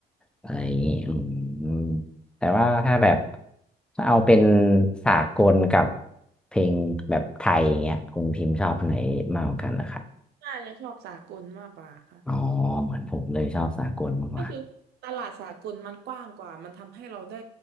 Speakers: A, in the centre; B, on the right (about 70°).
A: อะไรอย่างงี้อืมแต่ว่าถ้าแบบถ้าเอาเป็นสากลกับเพลงแบบไทยอย่างเงี้ยคุณพิมพ์ชอบอันไหนมากกว่ากันนะครับ
B: น่าจะชอบสากลมากกว่าค่ะ
A: อ๋อเหมือนผมเลยชอบสากลมากกว่า
B: ก็คือตลาดสากลมันกว้างกว่า มันทำให้เราได้